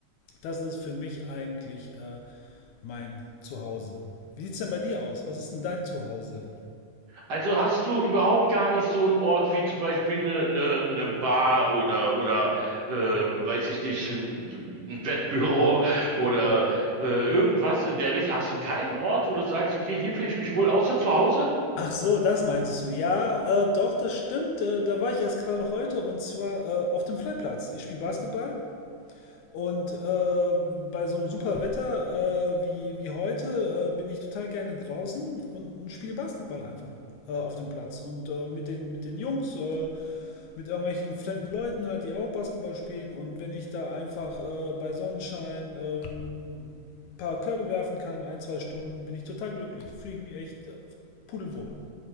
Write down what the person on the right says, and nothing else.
Also hast du überhaupt gar nicht so einen Ort wie zum Beispiel eine, eine, eine Bar oder oder äh, weiß ich nicht, ein, ein Wettbüro oder äh, irgendwas in der Richtung. Hast du keinen Ort, wo du sagst, okay, hier fühle ich mich wohl, außer zu Hause?